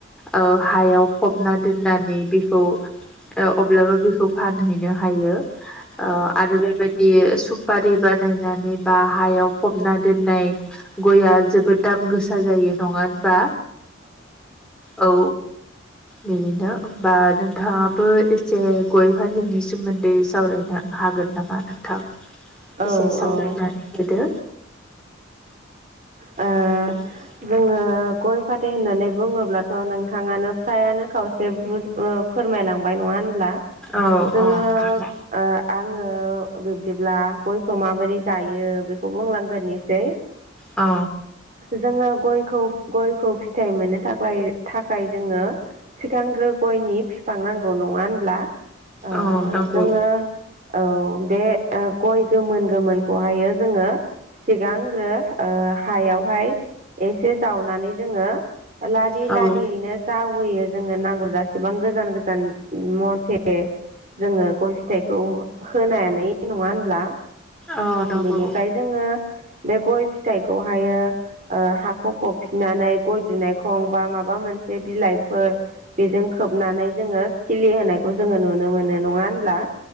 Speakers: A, in the centre; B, on the right.
A: ओ हायाव फबना दोननानै बेखौ ओ अब्लाबो बेखौ फानहैनो हायो ओ आरो बे बायदि सुपारि बानायनानै बा हायाव फबना दोननाय गइया जोबोद दाम गोसा जायो नङा होनबा औ बिदिनो होमबा नों थाङाबो एसे गइ फाथैनि सोमोन्दै सावरायनो हागोन नामा नोंथां?
B: औ
A: एसे सावरायनानै
B: औ
A: होदो
B: ओ
A: <inaudible>
B: जोङो गइ फाथै होननानै बुङोब्लाथ' नोंथाङानो फ्रायानो खावसे बुं ओ फोरमायलांबाय नङा होनब्ला
A: औ
B: जोङो
A: औ हागोन
B: आ आङो बिब्दिब्ला गयखौ माबोरै गायो बेखौ बुंलांग्रोनोसै
A: औ
B: जोङो गयखौ गयखौ फिथाइ मोननो थाख्लाय थाखाय जोङो सिगांग्रो गय नि बिफां नांगौ नङा होनब्ला ओ
A: औ नंगौ
B: जोङो औ बे ओ गय गोमोन गोमोनखौहायो जोङो सिगांग्रो हायावहाय एसे जावनानै जोङो लारि
A: औ
B: लारियैनो जावैयो जोङो नांगौ जासेबां गोजान गोजान मथे जोङो गय फिथाइखौ होनानै नङा होनब्ला
A: औ नंगौ
B: बेनिफ्राय जोङो बे गय फिथाइखौहायो ओ हाखौ फबफिननानै गय दुनायखं बा माबा मोनसे बिलाइफोर बेजों खोबनानै जोङो खिलि होनायखौ जोङो नुनो मोनो नङा होनब्ला